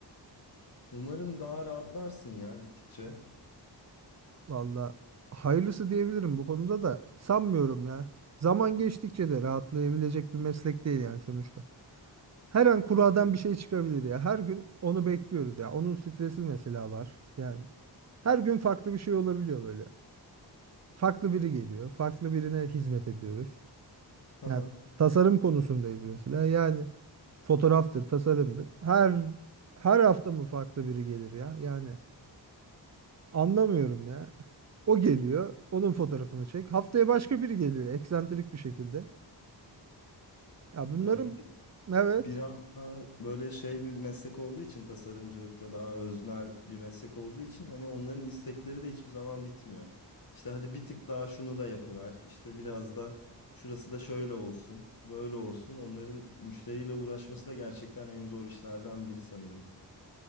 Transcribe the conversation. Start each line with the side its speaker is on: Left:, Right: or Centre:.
Left: Umarım daha rahatlarsın ya gittikçe.
Right: Valla hayırlısı diyebilirim bu konuda da sanmıyorum ya. Zaman geçtikçe de rahatlayabilecek bir meslek değil yani sonuçta. Her an kuradan bir şey çıkabilir ya. Her gün onu bekliyoruz ya. Onun stresi mesela var yani. Her gün farklı bir şey olabiliyor böyle. Farklı biri geliyor. Farklı birine hizmet ediyoruz.
Left: Hı
Right: Yani
Left: hı.
Right: tasarım konusundayız mesela. Yani fotoğraftır, tasarımdır. Her her hafta mı farklı biri gelir ya? Yani Anlamıyorum ya. O geliyor. Onun fotoğrafını çek. Haftaya başka biri geliyor. Eksantrik bir şekilde. Ya bunların
Left: Ya bir de
Right: evet.
Left: biraz daha böyle şey bir meslek olduğu için tasarımcılıkta daha öznel bir meslek olduğu için hani onların istekleri de hiçbir zaman bitmiyor. İşte hadi bir tık daha şunu da yapıver. İşte biraz da şurası da şöyle olsun, böyle olsun. Onların müşteriyle uğraşması da gerçekten en zor işlerden biri sanırım.